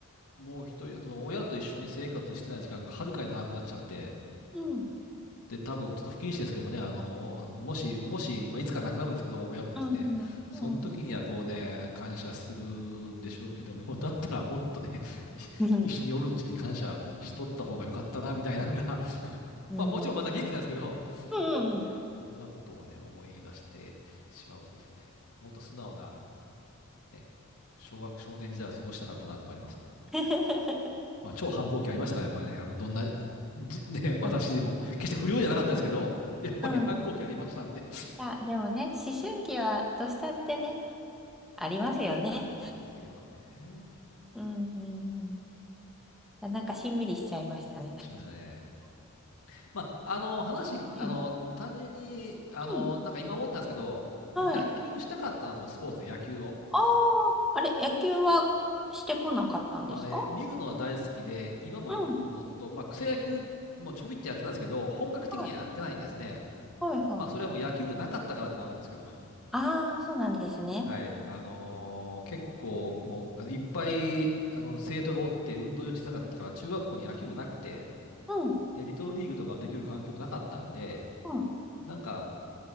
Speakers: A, on the left; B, in the centre.
A: もう一人、その、親と一緒に生活してない時間がはるかに長くなっちゃって、
B: うん。
A: で、多分ちょっと不謹慎ですけどもね、あの、もし、もし、まあ、いつか亡くなるんですけど、親もですね、
B: うん
A: その時にはこうね、
B: うんうん。
A: 感謝するんでしょうけども、<laughs> だったらもっとね、い
B: うん。
A: <laughs> 一緒におるうちに感謝しとった方が良かったな、みたいなのが、<laughs>
B: うんうん。
A: まあもちろんまだ元気なんですけど、
B: うんうん。
A: なんかね、そんなことをね、思い出してしまうとですね、もっと素直な、ね、小学少年時代を過ごしたかったなってのがありますね。
B: <laughs>
A: まあ、超反抗期ありましたから、やっぱりね、あの、どんな、じ <laughs> ね、私でも、
B: うん。
A: 決して不良じゃなかったですけど、やっぱり反抗期ありましたんで。
B: うんあ、でもね、思春期はどうしたってね、ありますよね。
A: ありますよね。
B: うんうんうん。あなんかしんみりしちゃいましたね。
A: しましたね。まあ、あの、話、
B: うん。
A: あの、単純に、あの、
B: うん。
A: なんか今思ったんですけど、
B: はい。
A: 野球したかったなと思って、スポーツで野球を。
B: ああ、あれ、野球はしてこなかったんですか
A: あのね、見るのは大好きで、今も行くのと、
B: うん。
A: まあ、草野球もちょびってやってたんですけど、本格的にはやってないんですね。
B: はい。はいはい。
A: まあ、それはもう野球部なかったからってなるんですけど
B: ああ、そうなんですね。
A: はい。あのー結構もう、あのいっぱい、あの、生徒がおって、運動場小さかったから、中学校に野球部なくて、
B: うん。
A: で、リトルリーグとかできる環境もなかったんで、
B: うん。
A: なんか、